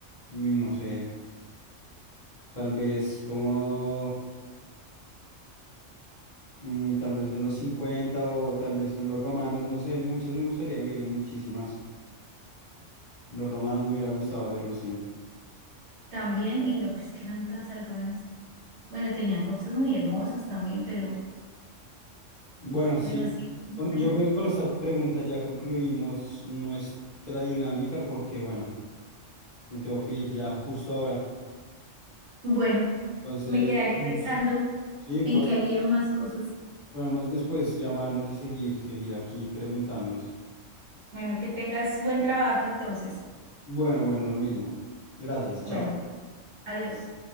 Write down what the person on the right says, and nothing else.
También, y no, pues que eran tan salvajes. Bueno, tenían cosas muy hermosas también, pero
bueno, sí.
Eh,
Bueno,
me quedaré
pensando
en qué haría más cosas.
Bueno, que tengas buen trabajo entonces.
Bueno, adiós.